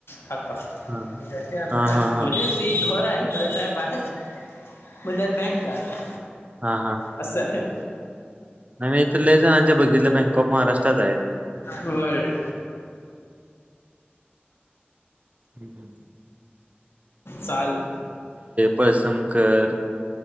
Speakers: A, on the left (about 75°); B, on the right (about 35°).
A: काका आणि
B: हा
A: ज अंतात
B: हा हा.
A: म्हणजे ती घर आहे घर टाईप आहे म्हण त्यात बँक आहे.
B: हा
A: असछं.
B: नाही् इथ लले जनाच्या बघितले बँक ऑफ महाराष्ट्रातच आहेत.
A: होय.
B: हम्म हम्म.
A: चाल
B: पळसमकर,